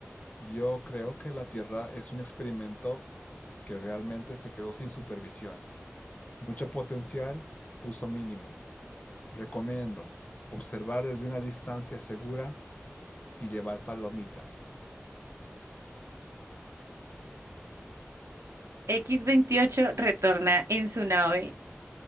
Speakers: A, on the left; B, on the right.
A: yo creo que la Tierra es un experimento que realmente se quedó sin supervisión. Mucho potencial, uso mínimo. Recomiendo observar desde una distancia segura y llevar palomitas.
B: X-28 retorna en su nave,